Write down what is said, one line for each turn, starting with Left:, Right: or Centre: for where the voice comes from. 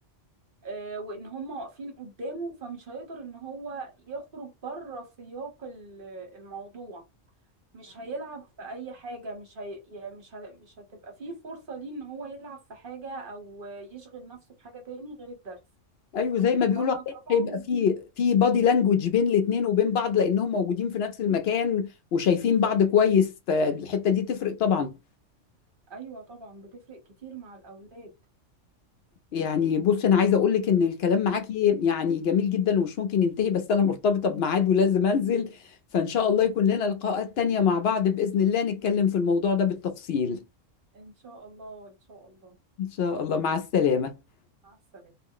Right: آه، وان هم واقفين قدامه فمش هيقدر ان هو يخرج بره سياق ال- الموضوع مش هيلعب في اي حاجة مش هي... يعني مش ه... مش هتبقى فيه فرصة ليه ان هو يلعب في حاجة او يشغل نفسه بحاجة تاني غير الدرس
Left: ايوه زي ما بيقولوا
Right: فانا
Left: عليه
Right: طبعا
Left: هيبقى في في بادي لانجوج بين الاثنين وبين بعض لانهم موجودين في نفس المكان وشايفين بعض كويس فالحته دي تفرق طبعا
Right: ايوه طبعا بتفرق كتير مع الاولاد
Left: يعني بص انا عايزه اقول لك ان الكلام معاكي يعني جميل جدا ومش ممكن ينتهي بس انا مرتبطه بميعاد ولازم انزل فان شاء الله يكون لنا لقاءات تانية مع بعض باذن الله نتكلم في الموضوع ده بالتفصيل
Right: ان شاء الله ان شاء الله
Left: ان شاء الله مع السلامه
Right: مع السلامة